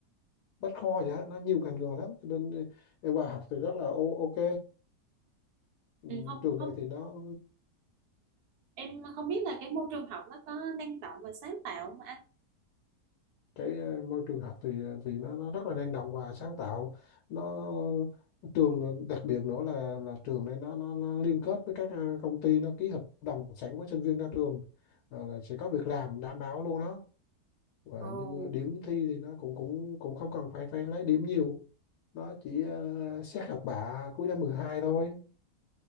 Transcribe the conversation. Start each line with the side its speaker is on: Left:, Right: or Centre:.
Left: Bách Khoa vậy á, nó nhiều ngành nghề lắm cho nên ờ, em vào học thì rất là ô- ok Ừ,
Right: Ừ, không
Left: trường
Right: không
Left: này thì nó
Right: em không biết là cái môi trường học nó có năng động và sáng tạo không anh
Left: cái ờ, môi trường học thì ờ, thì nó nó rất là năng động và sáng tạo nó trường đặc biệt nữa là là trường này nó nó, nó liên kết với các ờ, công ty nó ký hợp đồng sẵn với sinh viên ra trường Ờ, là sẽ có việc làm đảm bảo luôn đó và
Right: ồ
Left: như điểm thi thì nó cũng cũng cũng không cần phải phải lấy điểm nhiều nó chỉ ờ, xét học bạ cuối năm 12 thôi